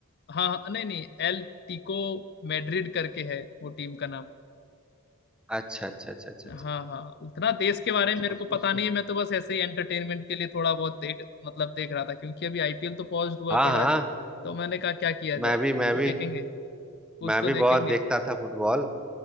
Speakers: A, on the left (about 50°); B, in the centre.
A: हाँ हाँ, नहीं नहीं एल टिको मैड्रिड करके है वो टीम का नाम
B: अच्छा अच्छा अच्छा अच्छा अच्छा
A: हाँ हाँ उतना देश के बारे
B: अच्छा
A: में मेरे
B: उस,
A: को पता
B: उसकी
A: नहीं है मैं तो बस ऐसे ही एंटरटेनमेंट के लिए थोड़ा बहुत देख मतलब देख रहा था क्योंकि अभी आईपीएल तो पॉज हुआ
B: हाँ
A: पड़ा
B: हाँ
A: है तो मैंने कहा क्या किया जाए
B: मैं भी
A: कुछ
B: मैं
A: तो
B: भी
A: देखेंगे कुछ
B: मैं
A: तो
B: भी
A: देखेंगे
B: बहुत देखता था फुटबॉल